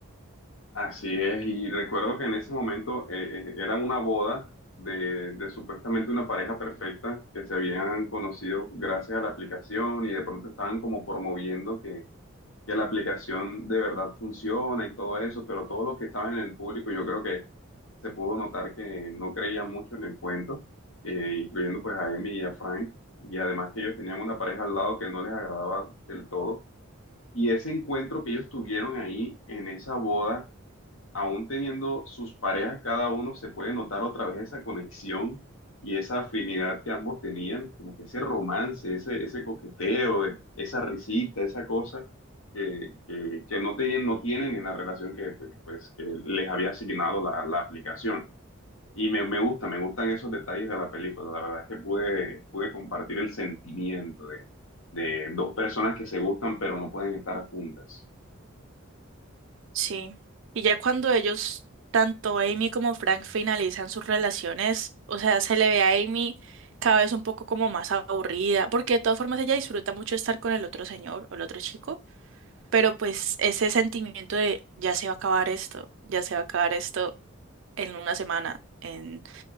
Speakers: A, on the left; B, on the right.
A: Así es, y recuerdo que en ese momento eh, eh, era una boda de, de supuestamente una pareja perfecta que se habían conocido gracias a la aplicación y de pronto estaban como promoviendo que, que la aplicación de verdad funciona y todo eso, pero todos los que estaban en el público yo creo que se pudo notar que no creían mucho en el cuento, eh, incluyendo pues a Emi y a Frank, y además que ellos tenían una pareja al lado que no les agradaba del todo. Y ese encuentro que ellos tuvieron ahí en esa boda aún teniendo sus parejas cada uno, se puede notar otra vez esa conexión y esa afinidad que ambos tenían, como que ese romance, ese, ese coqueteo, eh, esa risita, esa cosa que, que, que no tienen, no tienen en la relación que, pues, pues, que les había asignado la, la aplicación. Y me, me gusta, me gustan esos detalles de la película. La verdad es que pude, pude compartir el sentimiento de, de dos personas que se gustan pero no pueden estar juntas.
B: Sí. Y ya cuando ellos, tanto Amy como Frank, finalizan sus relaciones, o sea, se le ve a Amy cada vez un poco como más aburrida, porque de todas formas ella disfruta mucho estar con el otro señor o el otro chico, pero pues ese sentimiento de ya se va a acabar esto, ya se va a acabar esto en una semana. en